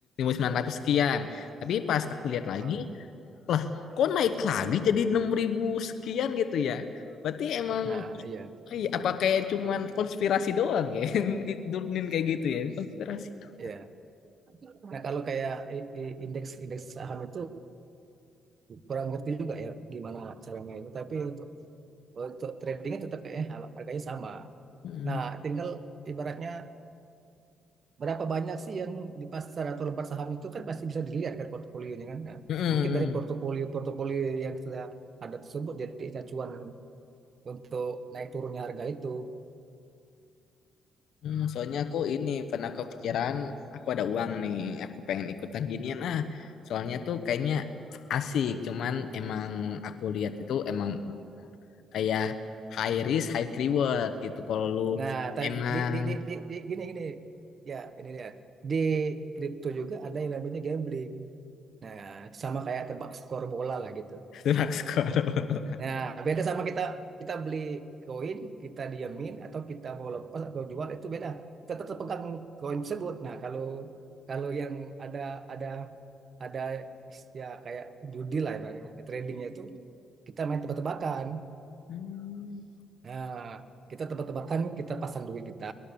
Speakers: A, on the left; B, on the right.
A: sembilan ratus sekian tapi pas aku lihat lagi
B: eh,
A: lah kok naik lagi jadi 6.000 sekian gitu ya berarti emang
B: nah iya
A: Iya, apa kayak cuman konspirasi doang ya <laughs> yang diturunin kayak gitu ya konspirasi tuh.
B: iya. Nah kalau kayak i- i- indeks indeks saham itu kurang ngerti juga ya gimana cara mainnya. Tapi untuk untuk tradingnya tetap kayaknya harganya sama.
A: Hmm.
B: Nah tinggal ibaratnya berapa banyak sih yang di pasar atau lembar saham itu kan pasti bisa dilihat kan portofolionya kan. Nah,
A: Mm-mm.
B: mungkin dari portofolio-portofolio yang sudah ada tersebut jadi acuan untuk naik turunnya harga itu.
A: Hmm, soalnya aku ini pernah kepikiran aku ada uang nih, aku pengen ikutan ginian ah. Soalnya tuh kayaknya asik, cuman emang aku lihat itu emang kayak high risk high reward gitu. Kalau lu
B: Nah, tapi
A: emang
B: di, di, di, di, di gini gini ya ini dia. Di kripto juga ada yang namanya gambling. Nah, sama kayak tebak skor bola lah gitu.
A: <laughs> drug squad.
B: Nah, beda sama kita kita beli koin, kita diamin atau kita mau lepas atau jual itu beda. Kita tetap pegang koin tersebut. Nah, kalau kalau yang ada ada ada ya kayak judi lah ya, tradingnya itu kita main tebak-tebakan.
A: Hmm.
B: Nah, kita tebak-tebakan, kita pasang duit kita,